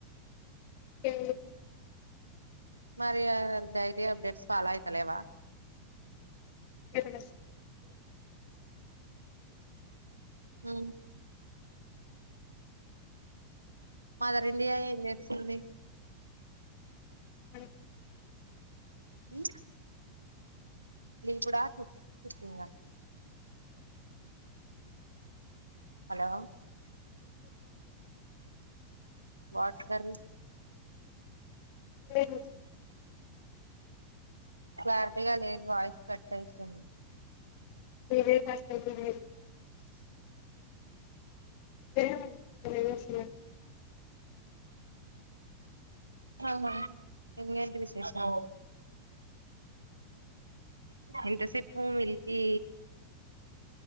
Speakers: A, on the left (about 45°); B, on the right (about 80°).
A: చె
B: మరి డైరీ అప్డేట్స్ ఫాలో అయితలేవా
A: ఎక్కడ
B: హ మదర్ ఇండియా ఏం చేస్తుంది
A: అ
B: అ ఇప్పుడాపు కుతుంగ హలో వాటర్
A: లేదు
B: క్లారిటీగా లేదు వాయిస్ కట్ అయితుంది
A: <unintelligible> ఎంచేస్తున్నావ్
B: అవున ఇంగెంటి విశేషల్ ఇంత సిపూ మిల్కీ